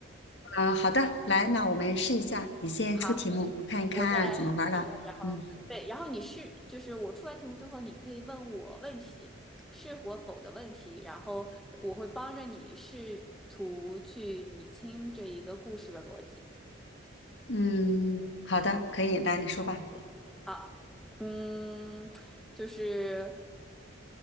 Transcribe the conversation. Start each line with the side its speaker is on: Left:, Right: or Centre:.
Left: 嗯、好的，来，那我们试一下，你先出题目，
Centre: 好。
Left: 我看一看怎么玩儿的。
Centre: 我先来出题目，然后对，
Left: 嗯
Centre: 然后你是就是我出完题目之后，你可以问我问题，是或否的问题，然后我会帮着你试图去理清这一个故事的逻辑。
Left: 嗯，好的，可以，来你说吧。
Centre: 好，嗯，就是